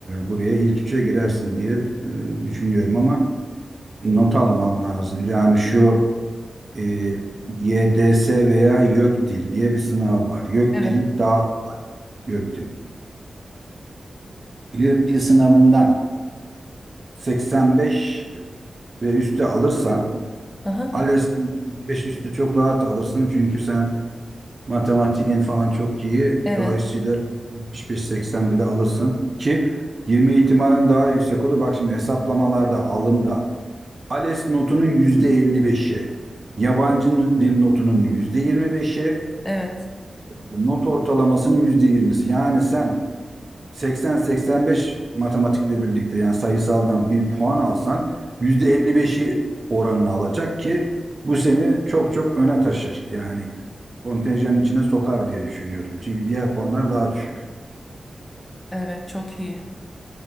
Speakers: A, on the right (about 40°); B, on the left (about 15°).
A: buraya ilk üçe girersin diye e, düşünüyorum ama not alman lazım. Yani şu e, YDS veya YÖKDİL diye bir sınav var. YÖKDİL'i
B: evet,
A: daha kolay. YÖKDİL. YÖKDİL sınavından 85 ve üstü alırsan
B: aha,
A: ALES'ten 55 üstü çok rahat alırsın. Çünkü sen matematiğin falan çok iyi.
B: evet,
A: Dolayısıyla 75-80 bile alırsın ki 20 ihtimalin daha yüksek olur. Bak şimdi hesaplamalarda, alımda ALES notunun yüzde elli beşi, yabancı dil notunun yüzde yirmi beşi,
B: evet,
A: not ortalamasının yüzde yirmisi. Yani sen 80-85 matematikle birlikte yani sayısaldan bir puan alsan yüzde elli beşi oranını alacak ki bu seni çok çok öne taşır. Yani kontenjanın içine sokar diye düşünüyorum. Çünkü diğer puanlar daha düşük.
B: evet çok iyi.